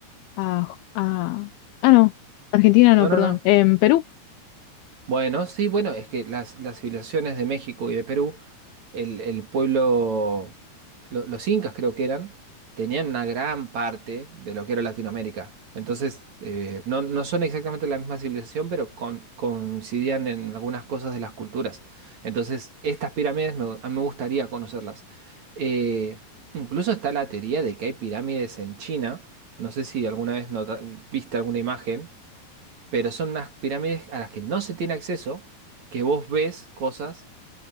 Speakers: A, on the left (about 80°); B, on the right (about 45°).
A: a, a- Ah, no. Argentina no,
B: No, no,
A: perdón.
B: no.
A: En Perú,
B: Bueno, sí, bueno, es que las, las civilizaciones de México y de Perú, el, el pueblo, lo- los incas creo que eran, tenían una gran parte de lo que era Latinoamérica. Entonces, eh, no, no son exactamente la misma civilización, pero con- coincidían en algunas cosas de las culturas. Entonces, estas pirámides me, a mí me gustaría conocerlas. Eh, incluso está la teoría de que hay pirámides en China. No sé si alguna vez nota- viste alguna imagen pero son unas pirámides a las que no se tiene acceso, que vos ves cosas